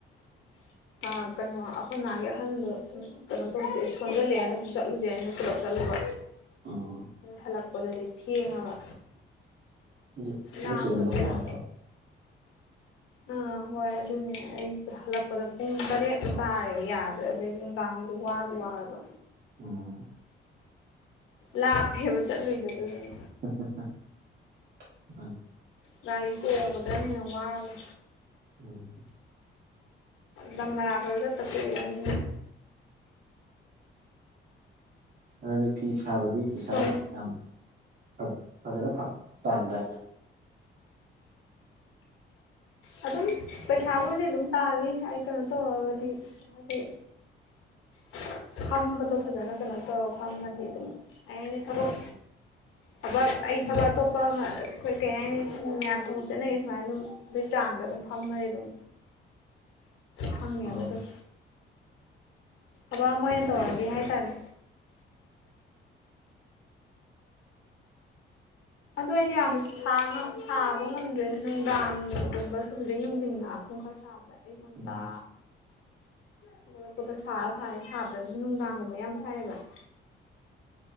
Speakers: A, on the left; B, on the right.
A: <inaudible> ꯑꯥ ꯀꯩꯅꯣ ꯑꯩꯈꯣꯏ ꯃꯥꯒꯤ ꯑꯍꯟꯗꯣ ꯁꯨꯝ ꯀꯩꯅꯣ ꯇꯧꯗꯦ ꯁꯣꯟꯖꯜꯂꯦꯅ ꯁꯨꯝ ꯆꯠꯂꯨꯁꯦꯅ ꯄꯨꯂꯞ ꯆꯠꯂꯨꯕ
B: ꯑꯣ
A: ꯍꯜꯂꯛꯄꯗꯗꯤ ꯊꯦꯡꯉꯕ
B: ꯑꯩꯁꯨ ꯊꯕꯛ
A: ꯂꯥꯞꯄꯗꯨꯗ
B: ꯆꯤꯜꯂꯝꯗꯧ ꯃꯥꯜꯂꯦ
A: ꯑꯥ ꯍꯣꯏ ꯑꯗꯨꯅꯦ ꯑꯩ ꯍꯜꯂꯛꯄꯗ ꯄꯨꯡ ꯇꯔꯦꯠ ꯃꯨꯛ ꯇꯥꯔꯦꯕ ꯌꯥꯗ꯭ꯔꯦ ꯑꯗꯩ ꯅꯨꯡꯗꯥꯡꯗ ꯋꯥꯖꯨ ꯋꯥꯔꯕ
B: ꯎꯝ
A: ꯂꯥꯞꯄꯦꯕ ꯆꯠꯂꯨꯢꯗꯣ ꯑꯗꯨꯗꯨꯅ
B: <unintelligible>
A: ꯒꯥꯔꯤ ꯇꯣꯡꯕꯗꯅ ꯍꯦꯟ ꯋꯥꯒ꯭ꯔꯦ
B: ꯎꯝ
A: ꯂꯝ ꯑꯔꯥꯞꯄꯗ ꯆꯠꯇ ꯀꯨꯢꯔꯕꯅꯤꯅ
B: ꯑꯔꯗꯤ ꯐꯤ ꯁꯥꯕꯗꯤ ꯄꯩꯁꯥ
A: ꯁꯣꯝ
B: ꯌꯥꯝ ꯑ ꯐꯖꯟꯅ ꯐꯪ ꯇꯥꯟꯗꯥꯏꯅꯦ
A: ꯑꯗꯨꯝ ꯄꯩꯁꯥꯕꯨꯗꯤ ꯑꯗꯨꯝ ꯇꯥꯜꯂꯤ ꯍꯥꯏ ꯀꯩꯅꯣ ꯇꯧꯔꯒꯗꯤ ꯍꯥꯏꯗꯤ ꯐꯝꯕꯗꯣ ꯐꯖꯟꯅ ꯀꯩꯅꯣ ꯇꯧꯔ ꯐꯝꯃꯗꯤ ꯑꯗꯨꯝ ꯑꯩꯅ ꯊꯕꯛ
B: ꯎꯝ
A: ꯊꯕꯛ ꯑꯩ
B: ꯎꯝ
A: ꯊꯕꯛ ꯑꯇꯣꯞꯄ ꯑꯃ ꯑꯩꯈꯣꯏ ꯀꯩ ꯍꯥꯏꯅꯤ ꯃꯌꯥꯝ ꯊꯕꯛ ꯆꯠꯅꯔꯤ ꯁꯨꯃꯥꯏꯅ ꯑꯗꯨꯝ ꯑꯗꯨꯏ ꯆꯥꯡꯗ ꯑꯗꯨꯝ ꯐꯝꯃꯗꯤ ꯑꯗꯨꯝ ꯐꯪꯉꯦꯕ
B: ꯑꯥ
A: ꯑꯗꯨꯝ ꯊꯕꯛ ꯑꯃ ꯑꯣꯢꯅ ꯇꯧꯔꯗꯤ ꯍꯥꯢꯇꯥꯔꯦ ꯑꯗꯣ ꯑꯩꯗꯤ ꯌꯥꯝ ꯁꯥꯡꯉ ꯁꯥꯕ ꯉꯝꯗ꯭ꯔꯦꯗ ꯅꯨꯡꯗꯥꯡ ꯒꯨꯝꯕ ꯁꯨꯝ ꯑꯌꯨꯛ ꯅꯨꯡꯗꯤꯟ ꯉꯍꯥꯛ ꯁꯨꯝ ꯁꯥꯕꯗꯩ ꯑꯌꯨꯛ ꯉꯟꯇ
B: ꯎꯝ
A: ꯍꯧꯒꯠꯂꯛꯄꯗ ꯁꯥꯔ ꯁꯥꯔꯦ ꯁꯥꯗ꯭ꯔꯖꯨ ꯅꯨꯡꯗꯥꯡꯒꯨꯝꯕ ꯌꯥꯝ ꯁꯥꯏꯌꯦꯕ <inaudible>